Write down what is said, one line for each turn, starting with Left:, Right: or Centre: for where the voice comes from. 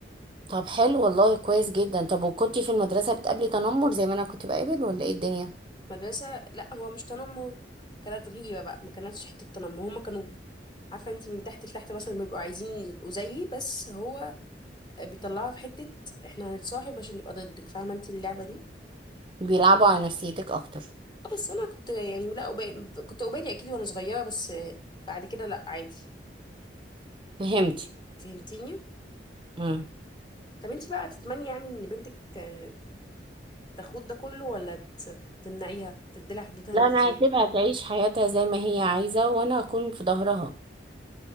Right: طب حلو والله كويس جدا طب وكنتي في المدرسه بتقابلي تنمر زي ما انا كنت بقابل ولا ايه الدنيا
Left: مدرسة لا هو مش تنمر كانت غيبة بقى ما كانتش حتة تنمر هما كانوا عارفة انتي من تحت لتحت مثلا بيبقوا عايزين يبقوا زيي بس هو بيطلعها في حتة احنا هنتصاحب عشان نبقى ضدك فاهمة انتي اللعبة دي
Right: بيلعبوا على نفسيتك اكتر
Left: اه بس أنا كنت يعني لا أبالي كنت أبالي أكيد وأنا صغيرة بس بعد كده لا عادي
Right: فهمتي
Left: فهمتيني
Right: امم
Left: طب انتي بقى تتمني يعني ان بنتك آه، تاخد ده كله ولا ت- تمنعيها تديلها حدودها
Right: لا
Left: النفسية
Right: انا هسيبها تعيش حياتها زي ما هي عايزه وانا هكون في ظهرها